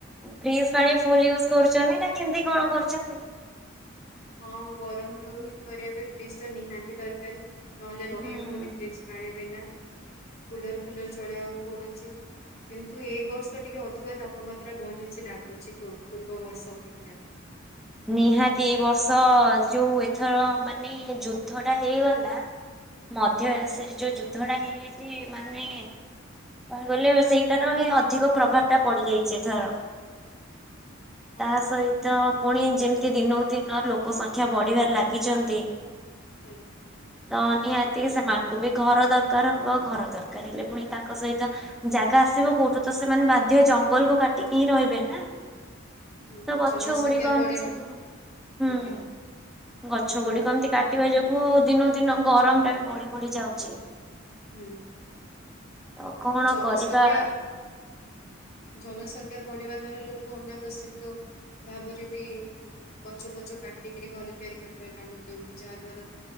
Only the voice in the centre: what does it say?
ଫ୍ରିଜ୍ ପାଣି ଫୁଲ ୟୁଜ୍ କରୁଛନ୍ତି ନା କେମିତି କଣ କରୁଛନ୍ତି?
ହୁଁ।
ନିହାତି ଏଇ ବର୍ଷ ଯୋଉ ଏଥର ମାନେ ଯୁ ଦ୍ଧ ଟା ହେଇଗଲା ମଧ୍ୟ ଏସରେ ଯୋଉ ଯୁଦ୍ଧ ଟା ହେଇଯାଇଚି ମାନେ କଣ କହିଲେ ସେଇଟାର ହିଁ ଅଧିକ ପ୍ରଭାବଟା ପଡ଼ିଯାଇଚି ଏଥର
ତା ସହିତ ପୁଣି ଯେମିତି ଦିନକୁ ଦିନ ଲୋକ ସଂଖ୍ୟା ବଢ଼ିବାରେ ଲାଗିଚନ୍ତି
ତ ନିହାତି ସେମାନଙ୍କୁ ବି ଘର ଦରକାର ହବ ଘର ଦରକାର ହେଲେ ପୁଣି ତାଙ୍କ ସହିତ ଜାଗା ଆସିବ କୋଉଠୁ ତ ସେମାନେ ବାଧ୍ୟ ହେଇ ଜଙ୍ଗଲକୁ କା ଟିକି ହିଁ ରହିବେ ନା
ତ ଗଛ
ଗୁଡ଼ିକ ଏମତି
ସବୁ
ହୁଁ
<inaudible> ଗଛ ଗୁଡ଼ିକ ଏମିତି କାଟିବା ଯୋଗୁ ଦିନକୁ ଦିନ ଗରମ ଟା ବି ବଢ଼ି ବଢ଼ି ଯାଉଚି।
ତ କଣ
କରିବା?